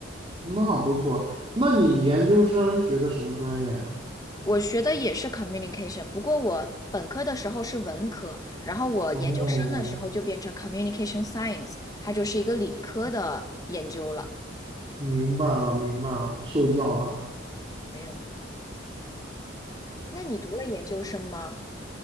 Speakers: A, on the right; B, on the left.
A: 那不错。那你研究生学的什么专业呀？
B: 我学的也是 communication，不过我本科的时候是文科，然后我研究生的时候就变成
A: 哦，
B: communication science，它就是一个理科的研究了。
A: 明白了，明白了，受教了，
B: 没有。那你读了研究生吗？